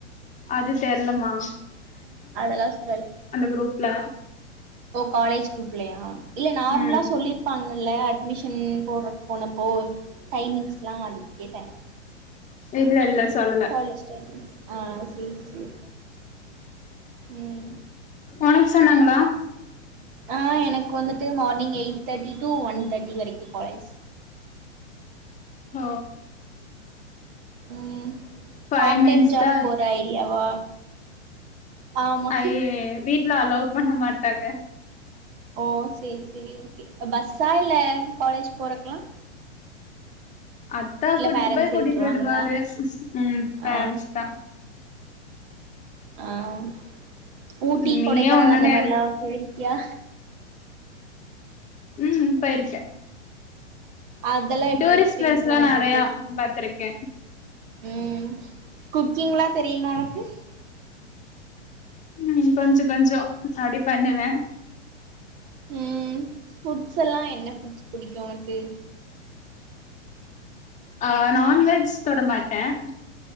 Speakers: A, on the left; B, on the right.
A: அது தெரிலமா
B: அவளா சொல்லல
A: குரூப்ல
B: காலேஜ் குரூப்லயா இல்ல நார்மலா
A: ம்
B: சொல்லி இருப்பாங்கல்ல அட்மிட் ஷன் போடுற போனப்போ டைமிங்ஸ்லாம் அது கேட்டன்
A: இல்ல இல்ல சொல்லல
B: காலேஜ் டைம் ஆஹ் சரி சரி உம்
A: உனக்கு சொன்னாங்களா
B: ஆஹ் எனக்கு வந்துட்டு மார்னிங் எயிட் தாட்டி டு ஒன் தாட்டி வரைக்கு காலேஜ்
A: ஓ
B: உம்
A: ஃபைவ்
B: பார்ட் டைம்
A: மினிட்ஸ்
B: ஜாப்
A: தா
B: போற ஐடியாவா ஆமா
A: அயய்யோ வீட்ல அலோ பண்ண மாட்டாங்க
B: ஓ சரி சரி ஓகே பஸ்ஸா இல்ல காலேஜ் போறக்லாம்
A: அத்தா கூட்டிட்டு
B: பேரண்ட்ஸே
A: போய் கூட்டிட்டு
B: விட்ருவாங்களா
A: விடுவாரு உம் பேரன்ஸ்
B: ஆ
A: தான்
B: ஆஹ் ஊட்டி
A: நீயே
B: கொடைக்கானல்
A: ஒன்னொன்னு
B: அந்த மாரிலாம்
A: எடு
B: போய் கியா
A: உம் போயிருக்கன்
B: அதெல்லா எப்
A: டூரிஸ்ட்
B: எக்ஸ்பீரியன்ஸ்லா
A: பிளேஸ்லாம்
B: உனக்கு
A: நறயா பாத்திருக்கன்
B: உம் குக்கிங்ல்லாம் தெரியுமா உனக்கு
A: உம் கொஞ்ச கொஞ்ச அப்டி பண்ணுவன்
B: உம் ஃபுட்ஸ் எல்லாம் என்ன ஃபுட்ஸ் பிடிக்கும் உனக்கு
A: ஆஹ் நான்வெஜ் தொட மாட்டன்